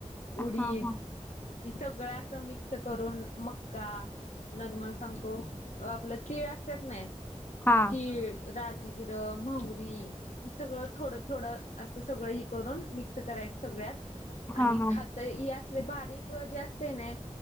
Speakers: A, on the left; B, on the left.
A: हा
B: उडीद
A: हा
B: हि सगळं असं मिक्स करून मक्का पुन्हा तुम्हाला सांगतो. आपलं तीळ असत्यात नाही
A: हा
B: तीळ, राजगिरं, महुरी. हि सगळं थोडं थोडं असं सगळं हि करून मिक्स करायच सगळ्यात आणि
A: हा हा
B: खात तर हि असले बारीक जे असतंय नाय